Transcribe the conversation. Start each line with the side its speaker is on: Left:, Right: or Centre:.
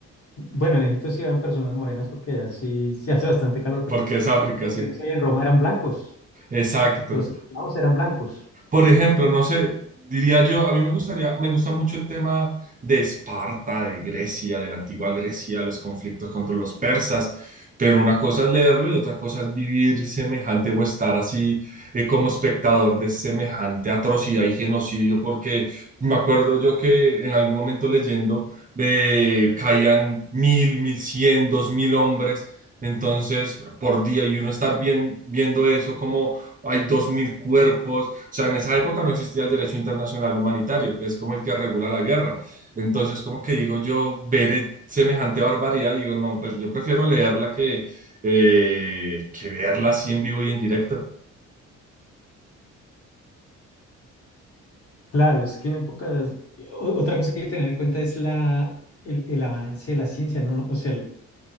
Left: Bueno, en Egipto sí habían personas morenas porque allá sí, sí hace bastante calor, pero
Right: Porque es África,
Left: creo que en
Right: sí.
Left: Grecia y en Roma eran blancos.
Right: Exacto.
Left: Los esclavos eran blancos.
Right: Por ejemplo, no sé, diría yo, a mí me gustaría, me gusta mucho el tema de Esparta, de Grecia, de la antigua Grecia, los conflictos contra los persas, pero una cosa es leerlo y otra cosa es vivir semejante o estar así eh, como espectador de semejante atrocidad y genocidio, porque me acuerdo yo que en algún momento leyendo eh, caían mil, mil cien, dos mil hombres. Entonces, por día, y uno estar bien, viendo eso como hay 2.000 cuerpos. O sea, en esa época no existía el derecho internacional humanitario, que es como el que regula la guerra. Entonces, como que digo yo, veré semejante barbaridad, digo, no, pues yo prefiero leerla que, eh, que verla así en vivo y en directo.
Left: Claro, es que en épocas... o- Otra cosa que hay que tener en cuenta es la, el, el avance de la ciencia, ¿no? O sea, el